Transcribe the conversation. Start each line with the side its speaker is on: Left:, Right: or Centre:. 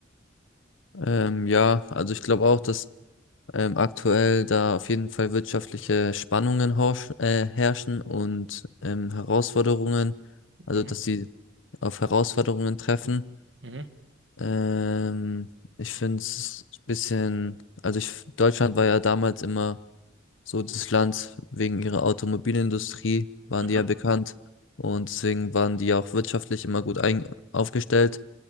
Left: Ähm, ja, also ich glaube auch, dass ähm, aktuell da auf jeden Fall wirtschaftliche Spannungen horsch, äh, herrschen und ähm, Herausforderungen, also
Right: Mhm.
Left: dass sie auf Herausforderungen treffen.
Right: Mhm.
Left: Ähm, ich finde es ein bisschen, also ich, Deutschland war ja damals immer so das Land wegen ihrer Automobilindustrie, waren
Right: Aha.
Left: die ja bekannt und deswegen waren die ja auch wirtschaftlich immer gut ein, aufgestellt.